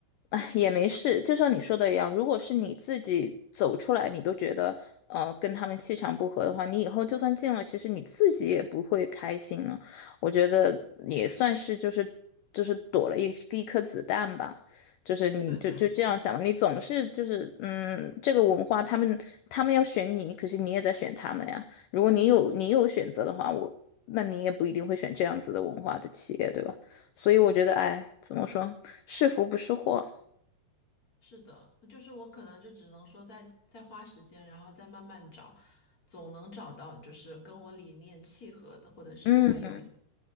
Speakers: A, on the left (about 85°); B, on the left (about 25°).
A: 哎，也没事。就像你说的一样，如果是你自己走出来，你都觉得呃跟他们气场不合的话，你以后就算进了，其实你自己也不会开心了。我觉得也算是就是就是躲了一一颗子弹吧。就是你就就这样想吧，
B: 对的，是的。
A: 你总是就是嗯，这个文化他们他们要选你，可是你也在选他们呀。如果你有你有选择的话，我那你也不一定会选这样子的文化的企业，对吧？所以我觉得，哎，怎么说，是福不是祸。
B: 是的，就是我可能就只能说再再花时间，然后再慢慢找，总能找到就是跟我理念契合的，或者是我们有嗯、
A: 嗯，